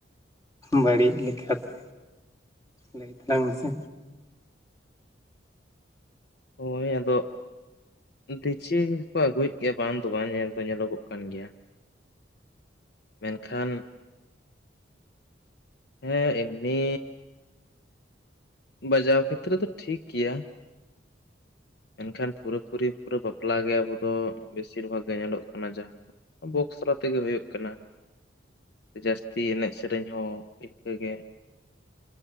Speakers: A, on the left; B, on the left.
A: ᱵᱟᱹᱲᱤᱡᱽ ᱞᱮᱠᱟ ᱛᱮ ᱞᱟᱹᱭ ᱛᱟᱞᱟᱝ ᱢᱮᱥᱮ
B: ᱦᱳᱭ ᱟᱫᱚ ᱰᱤᱡᱮ ᱠᱚ ᱟᱹᱜᱩᱭᱮᱫ ᱜᱮᱭᱟ ᱵᱟᱝ ᱫᱚ ᱵᱟᱝ ᱧᱮᱞ ᱫᱚ ᱧᱮᱞᱚᱜᱚᱜ ᱠᱟᱱ ᱜᱮᱭᱟ ᱢᱮᱱ ᱠᱷᱟᱱ ᱦᱮᱸ ᱮᱢᱱᱤ ᱵᱟᱡᱟᱣ ᱠᱷᱮᱛᱨᱮ ᱨᱮᱫᱚ ᱫᱚ ᱴᱷᱤᱠ ᱜᱮᱭᱟ ᱢᱮᱱ ᱠᱷᱟᱱ ᱯᱩᱨᱟᱹ ᱯᱩᱨᱤ ᱯᱩᱨᱟᱹ ᱵᱟᱯᱞᱟ ᱜᱮ ᱟᱵᱚ ᱫᱚ ᱵᱮᱥᱤᱨ ᱵᱷᱟᱜᱽ ᱜᱮ ᱧᱮᱞᱚᱜ ᱠᱟᱱᱟ ᱡᱟᱦᱟᱸ ᱵᱚᱠᱥᱨᱟ ᱛᱮᱜᱮ ᱦᱩᱭᱩᱜ ᱠᱟᱱᱟ ᱡᱟᱹᱥᱛᱤ ᱮᱱᱮᱡᱽ ᱥᱮᱨᱮᱧ ᱦᱚᱸ ᱤᱱᱠᱟᱹ ᱜᱮ